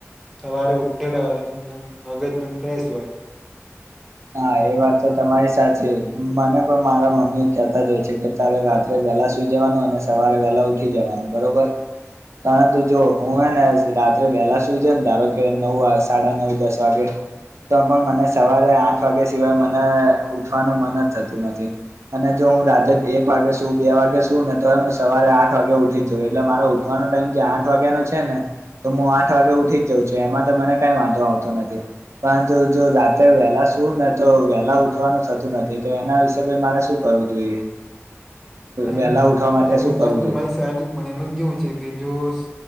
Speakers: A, in the centre; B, on the right.
A: સવારે ઉઠેલા હોય તો મગજ પણ ફ્રેશ હોય.
B: હા એ વાત તો તમારી સાચી મને પણ મારા મમ્મી કેહેતા જ હોય છે કે ચાલો રાત્રે વેલા સુઈ જવાનું અને સવારે વેહલા ઉઠી જવાનું બરોબર. પરંતુ જો હું હ ને રાત્રે વેલા સુઈ જ ને ધારો કે નવ સાડા નવ દસ વાગે. તો પણ મને સવારે આઠ વાગ્યા સિવાય મને ઉઠવાનું મન જ થતું નથી. અને જો હું રાતે એક વાગે શું બે વાગે શું ને તોવે હું સવારે આઠ વાગે ઉઠી જઉં એટલે મારે ઉઠવાનું ટાઇમ જે આઠ વાગ્યા નો છે ને તો હું આઠ વાગે ઉઠી જ જાઉ છું એમાં તો મને કઈ વાંધો નથી પરંતુ જો રાત્રે વહેલા સુ શું ને તો વેલા ઉઠવાનું થતું નથી તો એના વિશે પઇ મારે શું કરવું જોઈએ.
A: <unintelligible>
B: વહેલા ઉઠવા
A: પેલી
B: માટે શું કરવું
A: તમારી
B: જોઈએ
A: સાચી પણ એમાં કેવું છે કે જોશ